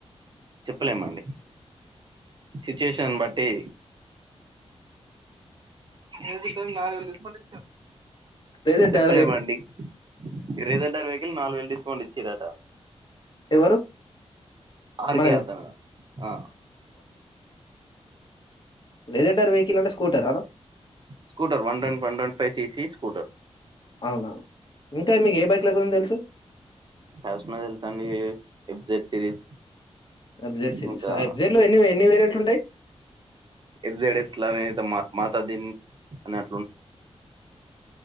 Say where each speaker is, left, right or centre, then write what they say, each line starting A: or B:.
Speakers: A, on the right (about 40°); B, on the left (about 40°).
A: చెప్పలేమండి సిచ్యుయేషన్ బట్టి నేను తిస్తాను నాలుగు వేలు డిస్కోంట్య్
B: డెజర్ట్
A: చెప్పలేమండి
B: డార్
A: మీరు ఏదంటారు నాలుగు వేల డిస్కౌంట్ ఇచ్చిరట
B: ఎవరు
A: ఆర్కే
B: మనకు
A: ఎద్ద ఆ
B: లేజంన్డర్ వెహికల్ అంటే స్కూటర్ ఆన
A: scooter one ten one twenty five CC scooter
B: అవునా ఇంకా మీకు ఏ బైక్ల గురించి తెలుసు
A: ఎస్మైల్ and a excite series
B: excite series
A: ఇంకా
B: ఆ ఎబ్జైట్ లో ఎన్ని ఎన్ని వేరియంట్లు ఉంటాయి
A: ఎబ్జైడ్ ఇస్లానే ద మ మాత దీన్ అ